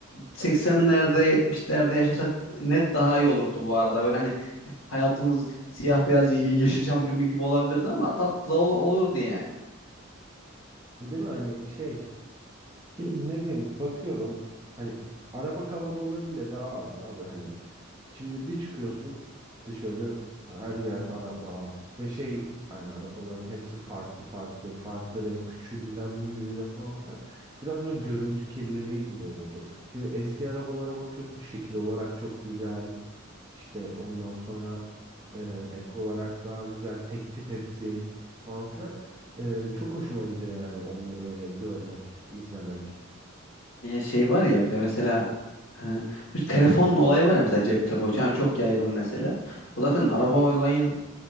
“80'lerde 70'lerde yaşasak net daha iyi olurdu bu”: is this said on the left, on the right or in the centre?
Left